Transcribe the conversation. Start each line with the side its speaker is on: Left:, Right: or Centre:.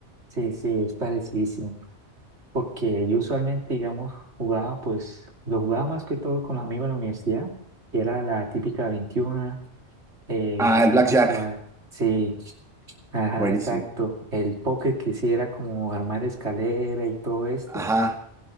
Right: Sí, sí, es parecidísimo. Porque yo usualmente, digamos, jugaba, pues, lo jugaba más que todo con los amigos en la universidad, que era la típica 21, eh,
Centre: Ah,
Right: la típica,
Centre: el Blackjack,
Right: sí, ajá,
Centre: buenísimo.
Right: exacto. El póker que sí era como armar escalera y todo esto.
Centre: Ajá,